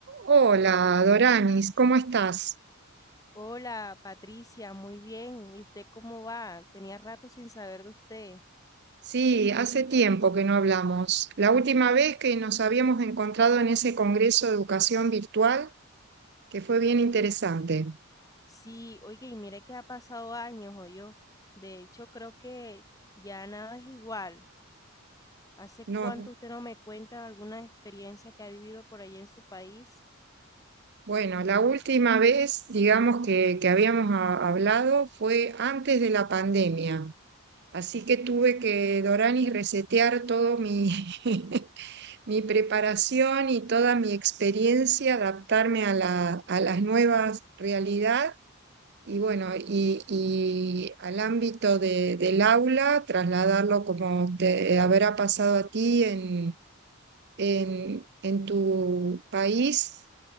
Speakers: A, on the right; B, on the left.
A: Hola, Doranis, ¿cómo estás?
B: Hola Patricia, muy bien. ¿Y usted cómo va? Tenía rato sin saber de usted.
A: Sí, hace tiempo que no hablamos. La última vez que nos habíamos encontrado en ese Congreso de Educación Virtual, que fue bien interesante.
B: Sí, oye, y mire que ha pasado años, o yo. De hecho, creo que ya nada es igual. ¿Hace
A: No,
B: cuánto usted no me cuenta alguna experiencia que ha vivido por allá en su país?
A: bueno, la última vez, digamos, que, que habíamos ha- hablado fue antes de la pandemia. Así que tuve que, Doranis, resetear todo mi, <laughs> mi preparación y toda mi experiencia, adaptarme a la, a las nuevas realidades Y bueno, y, y al ámbito de, del aula, trasladarlo como te habrá pasado a ti en, en, en tu país